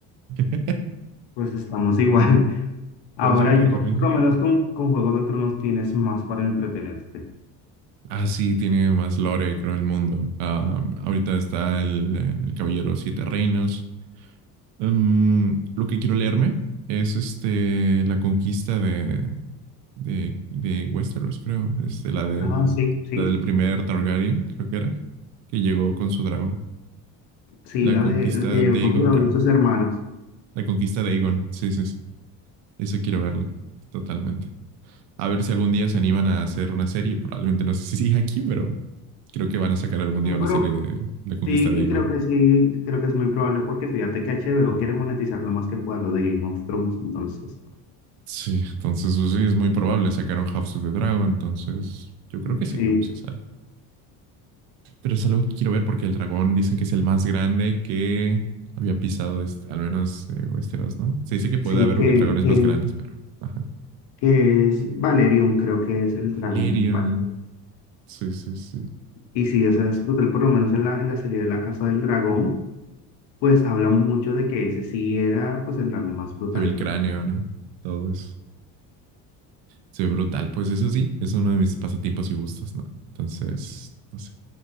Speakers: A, on the right; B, on the left.
A: <laughs>
B: pues estamos igual. Ahora
A: Igual te lo recomiendo.
B: yo, por lo menos con, con Juego de Tronos tienes más para entretenerte.
A: Ah, sí, tiene más lore, creo, el mundo. Ah, ahorita está el, eh, el Caballero Siete Reinos. Mm, lo que quiero leerme es este, la conquista de, de, de Westeros, creo. Este, la del,
B: Ah, sí, sí,
A: la del primer Targaryen, creo que era, que llegó con su dragón.
B: sí,
A: La
B: la
A: conquista
B: de la que llegó
A: de Aegon,
B: con sus, con
A: creo.
B: sus hermanas.
A: La conquista de Aegon, sí, sí, sí. Eso quiero verlo, totalmente. A ver si algún día se animan a hacer una serie. Probablemente no sé si sigue aquí, pero creo que van a sacar algún
B: No,
A: día una
B: Pero
A: serie de la conquista
B: sí,
A: de
B: y
A: Aegon.
B: creo que sí, creo que es muy probable porque fíjate que HBO quiere monetizar lo más que pueda lo de Game of Thrones, entonces
A: Sí, entonces pues, sí, es muy probable. Sacaron House of the Dragon, entonces yo creo que sí,
B: sí,
A: sí sale. Pero es algo que quiero ver porque el dragón dicen que es el más grande que había pisado, este- al menos eh, Westeros, ¿no? Se dice que puede
B: sí
A: haber
B: que,
A: dragones
B: que,
A: más grandes, pero... Ajá.
B: que es Valerion, creo que es el
A: Valerion.
B: dragón, mi parte.
A: Sí, sí, sí.
B: Y sí, o sea, es brutal, por lo menos en la, en la serie de La Casa del Dragón, pues hablan mucho de que ese sí era pues el dragón más brutal
A: Se ve el
B: y todo.
A: cráneo, ¿no? Todo eso. Se ve brutal. Pues eso sí, es uno de mis pasatiempos y gustos, ¿no? Entonces, no sé,